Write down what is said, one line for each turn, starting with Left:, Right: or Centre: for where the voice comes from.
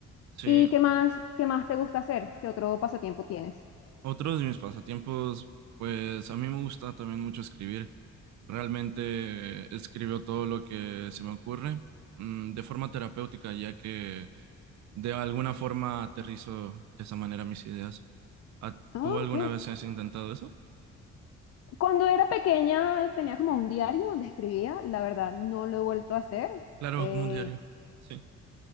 Right: sí.
Left: ¿Y qué más, qué más te gusta hacer? ¿Qué otro pasatiempo tienes?
Right: Otros de mis pasatiempos, pues a mí me gusta también mucho escribir. Realmente eh, escribo todo lo que se me ocurre, mm, de forma terapéutica, ya que de alguna forma aterrizo de esa manera mis ideas. ¿A-
Left: Ah,
Right: ¿Tú alguna
Left: ok.
Right: vez has intentado eso?
Left: Cuando era pequeña tenía como un diario donde escribía, la verdad no lo he vuelto a hacer.
Right: Claro,
Left: Eh,
Right: como un diario. Sí.